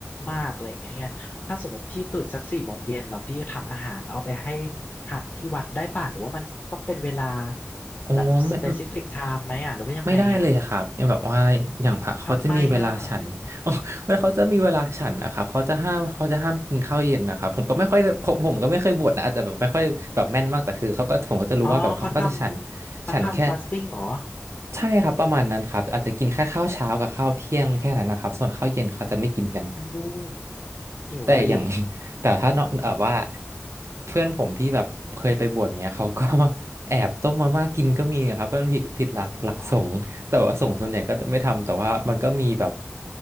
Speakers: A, on the left; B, on the right.
A: มากอะไรอย่างเงี้ยไงถ้าสมมติพี่ตื่นสักสี่โมงเย็นแล้วพี่ทำอาหารแล้วเอาไปให้พระที่วัดได้ป่ะหรือว่ามันต้องเป็นเวลา
B: อ๋อไม่
A: แบบสเปซิฟิกไทม์ไหมอ่ะหรือว่ายังไงอ่ะ
B: ไม่ได้เลยครับอย่างแบบว่าอย่างพระเขาจะมีเวลาฉัน
A: ทำไมอ่ะ
B: <laughs> อ๋อเวลาเขาจะมีเวลาฉันนะครับเขาจะห้ามเขาจะห้ามกินข้าวเย็นนะครับผมก็ไม่ค่อยผมผมก็ไม่เคยบวชนะอาจจะแบบไม่ค่อยแบบแม่นมากแต่คือเขาก็ผมก็จะรู้ว่าแบบเขาก็จะฉัน
A: อ๋อเขาทำเขาทำฟาสติ้งเหรอ
B: ฉันแค่ใช่ครับประมาณนั้นครับอาจจะกินแค่ข้าวเช้ากับข้าวเที่ยงแค่นั้นนะครับส่วนข้าวเย็นเขาจะไม่กินกัน
A: อู้หิวอะดิ
B: แต่อย่าง <laughs> แต่ถ้าเนาะแบบว่าเพื่อนผมที่แบบเคยไปบวชเงี้ยเขาก็ <laughs> แอบต้มมาม่ากินก็มีครับเพราะมันผิดผิดหลักหลักสงฆ์แต่ว่าสงฆ์ส่วนใหญ่ก็จะไม่ทำแต่ว่ามันก็มีแบบ
A: อ๋อ